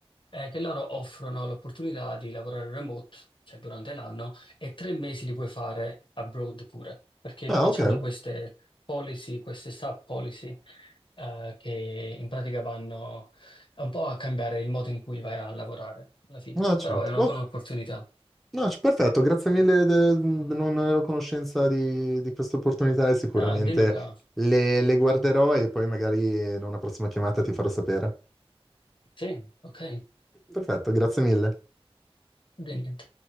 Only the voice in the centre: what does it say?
ah,
ok.
Ah, certo.
Ok,
No, c- perfetto, grazie mille, de- non ero a conoscenza di, di questa opportunità e sicuramente
le, le guarderò e poi magari in una prossima chiamata ti farò sapere.
Perfetto, grazie mille.